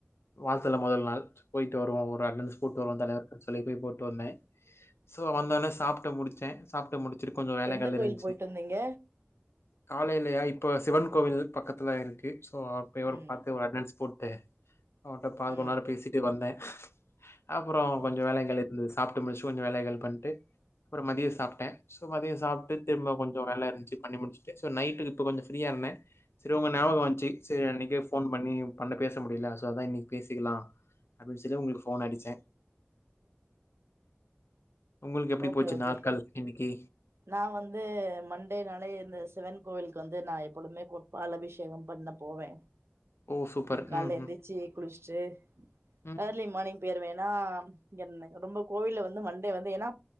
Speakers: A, on the left (about 85°); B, on the right (about 90°).
A: வால்த்துல மொதல் நாள் போய்ட்டு வர்வோ ஒர் பே அட்னன்ஸ் போட்டு வரோ தலைவர்க்கு சொல்லி போய் போட்டு வந்தே சோ வந்தோன சாப்ட்டு முடுச்சேன் சாப் முடிச்சிரு கொஞ்ச வேலைகள்
B: எந்த கோயில்
A: இருந்சி
B: போயிட்டு வந்தீங்க
A: காலைலயா இப்போ சிவன் கோவில் பக்கத்துல இருக்கு சோ அப்பயவர்
B: ம்
A: பாத்து ஒர் அட்னன்ஸ் போட் அவுட்ட பாது
B: ம்
A: கொன்னார பேசிட்டு வந்தைன் அப்புறொ கொஞ்சு
B: ஓகே
A: வேலைகள் இருந்து சாப்ட்டு முடுஷ்சு வொஞ்ச வேலைகள் பண்ட்டு அப்புற மதிய சாப்ட்டை சோ மதிய சாப்ட்டு தெம்ப கொஞ்சொ வேல இருந்சு பண்ணி முடுச்டு சோ நைட்டுகு இப்ப கொஞ்ச ஃப்ரியா இருந்தேன் சிரி ஒங்க ஞவக வன்ச்சி செரி அன்னிக்கே ஃபோன் மண்ணி பண்ண பேச முடிய்ல சோ அதா இன்னிக் பேசிக்கிலா அப்பின் செல்ய ஒங்ளுக்கு ஃபோன் அடிச்ச உங்குளுக்கு எப்டி
B: ஓகே
A: போச்சு
B: ஓகே
A: நார்க்கள் இன்னிக்கி
B: நா வந்து மண்டேனாலே இந்த சிவன் கோயிலுக்கு வந்து நா எப்பொலுதுமே கோ பால் அபிஷேகம் பண்ண போவே
A: ஓ! சூப்பர்.
B: கால்ல
A: ம்ஹ்ம்.
B: எந்துச்சு குளுஷ்டு
A: ம்.
B: அர்லி மானிங் பேரு வேன் நா என்ன ரொம்ப கோயில்ல வந்து மண்டே வந்து ஏனா